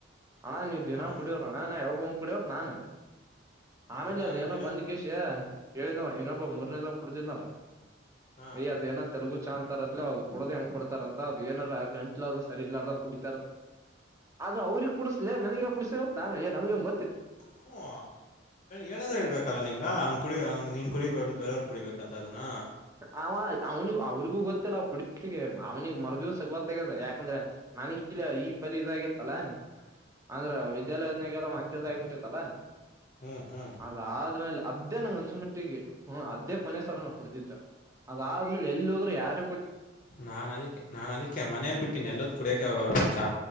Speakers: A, on the right; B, on the left.
A: ಹಣ್ಣ ನೀವು ದಿನ
B: ಅವ್ನ್
A: ಕುಡಿಯೋರಣ ನಾ ಯಾವ ಕುಡವತ್ ನಾಾನು ಆಮೇಲೆ
B: ಅದೇ
A: ಅದ
B: ಅವನ್
A: ಏನೋ
B: ದಿನ
A: ಬಂದ
B: ಕೂಡ
A: ಕಷ ಹೇಳಿದವ ಇನ್ನೊಬ್ಬ ಮೂರನೇದ ಕುಡಿದ್ನಳ
B: ಹಾ
A: ಯ್ ಅದ ಏನ ತೆಲುಗು ಚಂದ್ ತಾರತ್ಲ ಅ್ದು ಕೊಡೋ್ ಹೆಂಗ್ ಕೊಡ್ತಾರತ್ತ ಅದು ಏನಾರ ಆ ಗಂಟ್ಲ ಅದು ಸರಿ ಇಲಾರ ಕುಡಿತಾರ ಅದು ಅವ್ರಗ್ ಕುಡಡ್ಸಲಲೆ ನನಗೆಗ ಕುಡಡ್ಸವತ್ ನಾನುಯ ನಮಗೆ ಗೊ
B: ಹಓ ಹೇಳಾದ್ರೆ ಹೇಳ್ಬೇಕಲ್ಲಾ ನಿನ್ಂಗ ಹಂಗ ಕುಡಂಗ ನೀನ್ ಕುಡಿಬೇಕ ಬೇರೆಯವರು ಕುಡಿಬೇಕಂತ ಅದನ್ನ
A: ಆ ಅವ್ನು ಅವ್ರಿಗೂ ಗೊತ್ತಿಲ್ಲ ಅವ ಕುಡಿಗೆ ಅವ್ನಿಗೆ ಮರು ದಿವಸ ಗೊತ್ತಾಗ್ಯದ ಯಾಕಂದ್ರೆ ನನಗ್ ಇಲ್ಲ ಈ ಪರಿ ಇದಾಗಿತ್ತಲ್ಲಾ
B: ಹ
A: ಅಂದ್ರ ವಿದ್ಯಾಲಯೋದ್ನಾಗಲ್ಲ ವಾಂತಿದ ಆಗಿಬಿಟ್ಟತ್ತಲ್ಲ
B: ಹ್ಮ್ ಹ್ಮ್
A: ಅದಾದ್ಮೇಲೆ ಅದ್ದೇ ಅನ್ಸುಮಟ್ಟಿಗೆ ಹ ಅದ್ದೇ ಕೊನೆ ಸಲ ನಾವು ಕುಡತಿದ್ದ ಅದ ಆದ್ಮೇಲೆ ಎಲ್ಲಿ ಹೋದ್ರು ಯಾರ
B: ನಾನು ಅದಕ್ಕೆ ನಾನು ಅದಕ್ಕೆ ಮನೇಲಿ ಬಿಟ್ಟನ ಎಲ್ಲದ ಕುಡಿಯಕೆ ಹೋಗಲ್ಲಪ್ಪಚ್ಚಾ